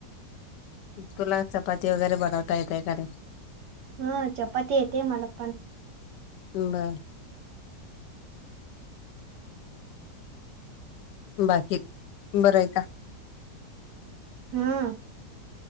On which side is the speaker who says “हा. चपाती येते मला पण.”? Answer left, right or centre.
Right